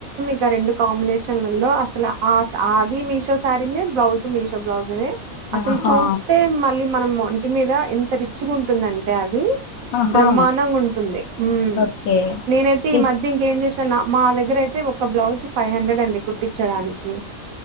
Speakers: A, on the right (about 75°); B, on the left (about 75°).
A: ఇంకా రెండు కాంబినేషన్లలో అసలు ఆస్ అ ది మీషో శారీ నే బ్లౌజ్ మీషో బ్లౌజ నే అసలు
B: ఆహా
A: చూస్తే మళ్ళీ మనం ఒంటి మీద ఎంత రిచ్ గుంటుందంటే అది
B: ఆహా
A: బ్రహ్మాండంగా ఉంటుంది ఉ
B: ఓకే
A: నేనైతే ఈ
B: ఇ
A: మధ్య ఇంకేం చేసినాను నా మా దగ్గర అయితే ఒక బ్లౌజ్ ఫైవ్ హండ్రెడ్ అండి కుట్టించడానికి